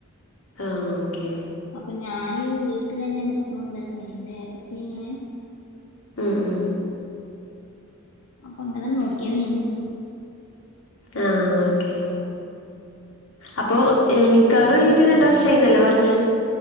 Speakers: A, on the left; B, on the left.
A: ആ ഓക്കെ
B: അപ്പൊ ഞാനീ വീട്ടിൽ തന്നെ നിക്കുന്നുണ്ട്പ്പ എന്റെ ഏട്ടത്തി ഇങ്ങനെ
A: ഉ ഉ
B: അപ്പ അങ്ങനെ നോക്കിയത്നു
A: ആഹഓക്കെ അപ്പൊ നിക്കാവ് കഴിഞ്ഞിട്ട് രണ്ട വർഷം ആയിന്നല്ലേ പറഞ്ഞഞ്